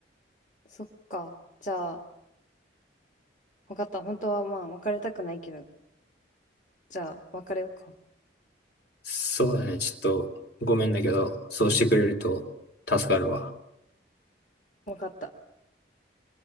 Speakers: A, on the left; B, on the left.
A: そっか。じゃあ、わかった。本当はまあ別れたくないけど、じゃあ別れようか。
B: そうだね。ちょっと、ごめんだけど、そうしてくれると助かるわ。
A: わかった。